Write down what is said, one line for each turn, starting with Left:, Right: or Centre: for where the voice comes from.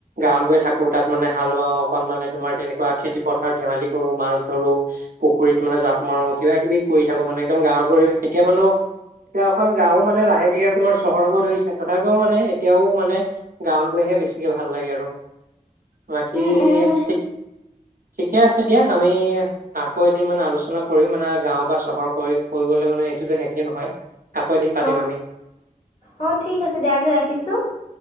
Right: গাঁৱত গৈ থাকো তাত মানে হাল বাাওঁ অকন মানে তোমাৰ তেনেকুৱা খেতি পথাৰত ধেমালি কৰো মাছ ধৰো পুখুৰীতোলে জাঁপ মাৰো কিবা কিবি কৰি থাকো মানে একদম গাঁৱৰ পৰিৱেশ এতিয়া মানুহ এতিয়া এখন গাঁও মানে লাহকে তোমাৰ চহৰ হ'ব ধৰিছে তথাপিও মানে এতিয়াও মানে গাঁৱত গৈহে বেছিকে ভাল লাগে আৰু বাকী
Left: উম উম
Right: ঠিক ঠিকে আছে দিয়া আমি আকৌ এদিন মানে আলোচনা কৰিম মানে গাঁও বা চহৰ কৈ কৈ গ'লে মানে এইটোতো শেষেই নহয় আকৌ এদিন পাতিম
Left: অ
Right: আমি
Left: অ অ ঠিক আছে দিয়া আজি ৰাখিছো